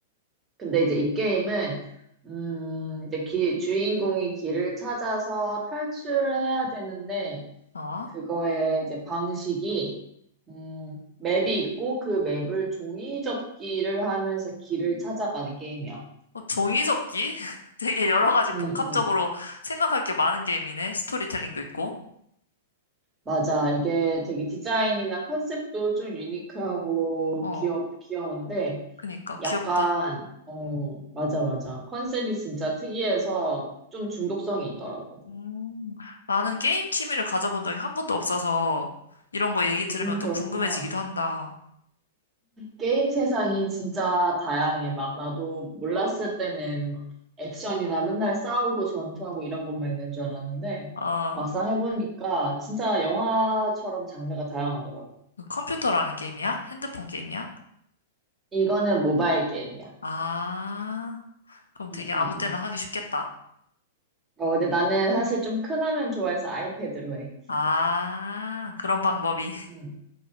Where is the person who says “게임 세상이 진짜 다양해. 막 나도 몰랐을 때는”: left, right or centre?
Right